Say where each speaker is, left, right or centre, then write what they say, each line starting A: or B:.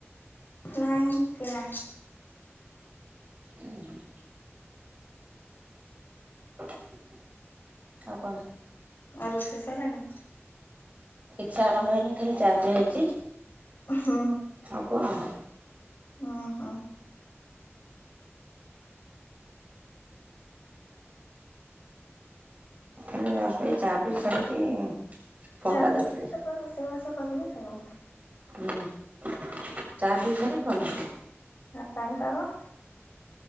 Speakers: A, on the left (about 45°); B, on the right (about 35°).
A: ନାଇଁ କିଣା।
B: ଉଁ ହୁଁ। ଆଉ କଣ?
A: ଆଉ ରୋଷେଇ ସଇଲାଣି?
B: କିଛି ଆରମ୍ଭ ହେଇନି ଖାଲି ଚା ପିଆ ହେଇଚି।
A: ହୁଁ।
B: ହବ ଆଉ।
A: ଉଁ ହୁଁ।
B: ଖାଲି ଜଷ୍ଟ ଏଇ ଚା ପି ସାରିକି ଫୋନ
A: ଚା
B: ଟା
A: ପିଇ
B: ଦେଖିଲି
A: ସାରିକି ତାପରେ ରୋଷେଇବାସ କରିବେ ଆଉ।
B: ହୁଁ। ଚାହା ପି ସାରି, ଫୋନ୍ କରିବି।
A: ଆ ପାଣିପାଗ